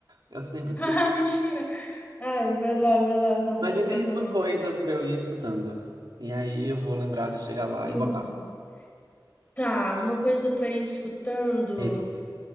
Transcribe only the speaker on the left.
<laughs>
Ah, mentira. Ai, vai lá, vai lá, não se
atrasa
não,
cara.
Hum.
Tá, uma coisa pra ir escutando.